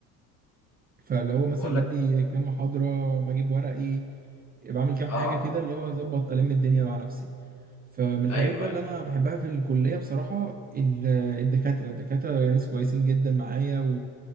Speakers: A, on the right; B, on the left.
A: فاللي هو مثلا
B: بقول
A: بدي
B: لك
A: كام محاضره بجيب ورقي بعمل كام حاجه
B: اه
A: كده اللي هو اظبط الم الدنيا مع نفسي فمن الحاجات
B: ايوه
A: بقى اللي انا بحبها في الكليه بصراحه ال- الدكاتره الدكاتره يعني ناس كويسين جدا معايا